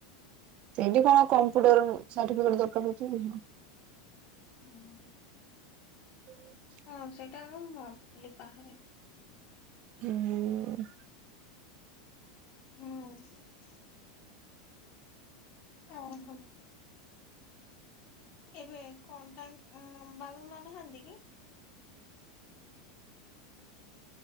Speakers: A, on the right; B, on the left.
A: ସେଇଠି କଣ କମ୍ପୁଟର ସାର୍ଟିଫିକେଟ ଦରକାର ହଉଚି
B: ହୁଁ ହୁଁ ହୁଁ।
A: ହୁଁ।
B: ହଁ ସେଇଟା ଆଗେ ମୁଁ ଭାବୁଥିଲି ବାହାରେ।
A: ହୁଁ।
B: ହୁଁ। <unintelligible> ଏବେ କମ୍ ଟାଇମ୍ ବାବା ମା ନାହାନ୍ତିକି?